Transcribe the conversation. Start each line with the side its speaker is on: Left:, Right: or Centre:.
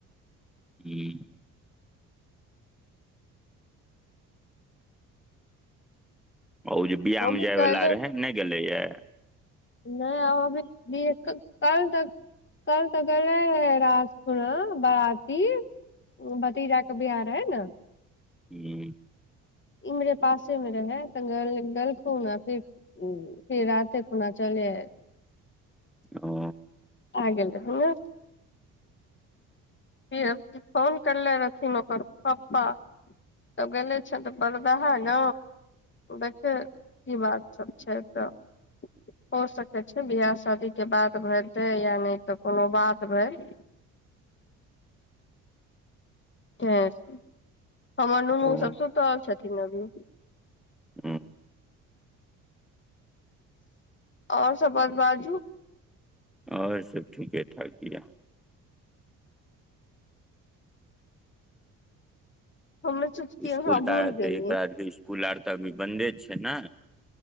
Centre: हूं ओ जे बिया
Left: हमहु
Centre: मे जाय
Left: कहले
Centre: वाला रहे नइ गेले ये
Left: नहि हम अभी ये कल तक कल तऽ गले रहे ह राजपुरा बारती भतीजा क बियाह रहे नऽ
Centre: हू
Left: ई मेे पासे मे रहे तऽ गल गलखून फिर उ फिर राते खुना चल <unintelligible>
Centre: ओ
Left: आ गेल हू ना पीर फौन करले रहथिन ओकर पपा तब गेले छैथ तऽ परदाहा न देखै की बात सब छै तऽ हो सकै छै बिहा शादी के बाद भरि छै या नैय तऽ कोनो बात भेल त <inaudible> हमर नूनू
Centre: ओ
Left: सब शूतल छथिन अभी
Centre: हूँ
Left: आओर सब <inaudible> बाजू
Centre: आओर सब ठीके ठाक या
Left: हमे सोचतियै
Centre: इसकुल
Left: अहाँ
Centre: तऽ
Left: भूल गेलियै
Centre: एकरा इसकुल आर तऽ अभी बन्दे छै न